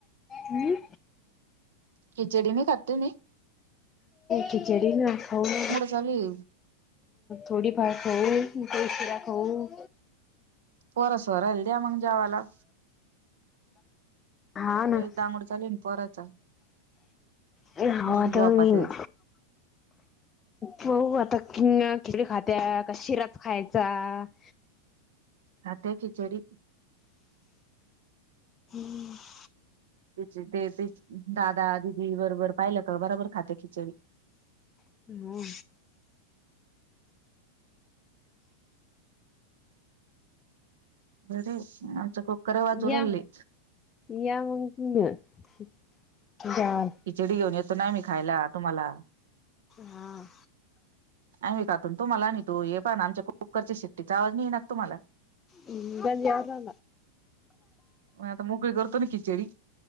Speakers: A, on the left (about 20°); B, on the right (about 60°).
A: हम.
B: खिचडी नाही खात तुम्ही
A: खिचडी ना खाऊ ना.
B: चालल.
A: थोडीफार खाऊ मग काही शिरा खाऊ.
B: पोरां सोराला द्या मग जेवाला.
A: हा ना.
B: लयच दांगोडा चालू आहे ना पोराचा
A: हा
B: अजून
A: आता
B: झोपात
A: होईन.
B: आहे
A: पाऊ आता किंग खिचडी खात्या का शिराच खायचा. <inaudible>
B: खा ते खिचडी.
A: हम्म <inaudible>
B: ते ती दादा दिदी बरोबर पाहिलं का बराबर खाते खिचडी.
A: हं.
B: बरी, आमचे कुकर वाजू
A: या
B: रायली.
A: या मग तुम्ही जेवाल.
B: खिचडी घेऊन येतो ना आम्ही खायला तुम्हाला.
A: हां.
B: आम्ही खातो न तुम्हाला आनीतो. हे पहा ना आमच्या कुकरच्या शिट्टीचा आवाज नाहीे येईना का तुम्हाला?
A: अं, गंज यायला.
B: म आता मोकळी करतो ना खिचडी.